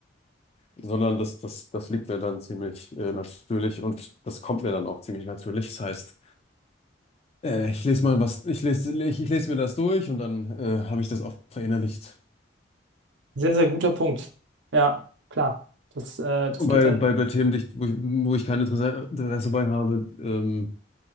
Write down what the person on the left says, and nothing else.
sondern das, das, das liegt mir dann ziemlich äh, natürlich und das kommt mir dann auch ziemlich natürlich. Das heißt, äh, ich lese mal was, ich lese, ich, ich lese mir das durch und dann äh, habe ich das auch verinnerlicht.
Und bei,
bei, bei Themen, die ich, wo ich, wo ich kein Interesse, Interesse bei habe, ähm,